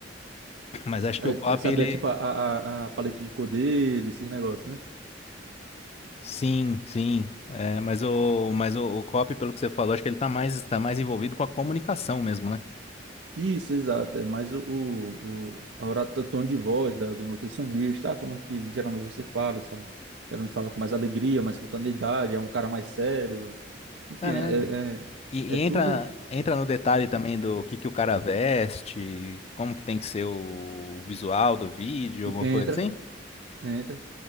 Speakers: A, on the left; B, on the right.
A: <clears throat> mas acho
B: É,
A: que o copy
B: saber,
A: ele
B: tipo, a, a, a paleta de cor dele, esses negócios, né?
A: sim, sim, é, mas o mas o, o copy pelo que você falou, acho que ele tá mais tá mais envolvido com a comunicação mesmo, né?
B: Isso, exato. É mais o, o, o, a ora- o tom de voz da- do nutricionista, ah, como é que geralmente você fala, são, geralmente fala com mais alegria, mais espontaneidade, é um cara mais sério. Enfim,
A: Caramba.
B: é, é, é
A: E,
B: é
A: e
B: tudo.
A: entra entra no detalhe também do que que o cara veste, como que tem que ser o visual do vídeo, alguma
B: Entra,
A: coisa assim?
B: entra.